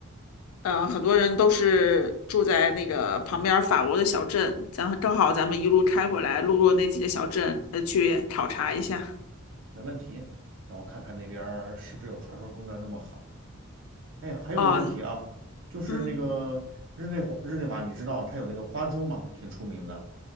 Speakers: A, on the left (about 85°); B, on the right (about 60°).
A: 嗯，很多人都是住在那个旁边儿法国的小镇，咱正好咱们一路开回来，路过那几个小镇，呃，去考察一下。
B: 没问题。然后看看那边儿是不是有传说中的那么好。哎呀，还有个问题啊，
A: 哦，
B: 就是那个日内瓦日内瓦，
A: 嗯，
B: 你知道它有那个花钟吗？挺出名的。